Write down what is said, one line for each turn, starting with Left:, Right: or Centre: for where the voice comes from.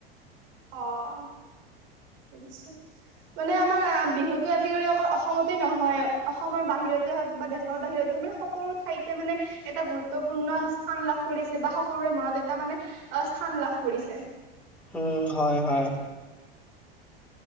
Right: অ' বুজিছো। মানে আমাৰ বিহুতো আজিকালি অকল অসমতে নহয়, অসমৰ বাহিৰতে হওক বা দে ৰ বাহিৰত হয় মানে সকলো ঠাইতে মানে এটা গুৰুত্বপূৰ্ণ স্থান লাভ কৰিছে, বা সকলোৰে মনত এটা মানে আ স্থান লাভ কৰিছে।
Centre: উম, হয় হয়।